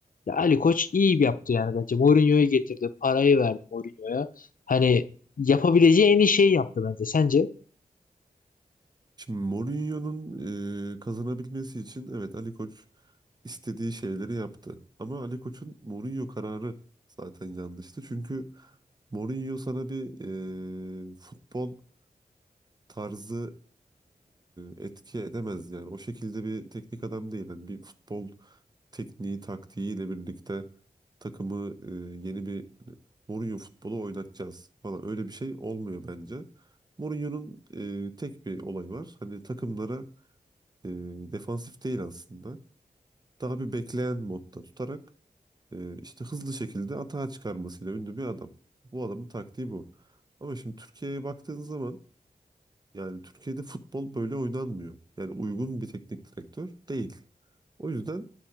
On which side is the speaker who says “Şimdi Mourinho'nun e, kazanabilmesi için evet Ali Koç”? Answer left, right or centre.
Right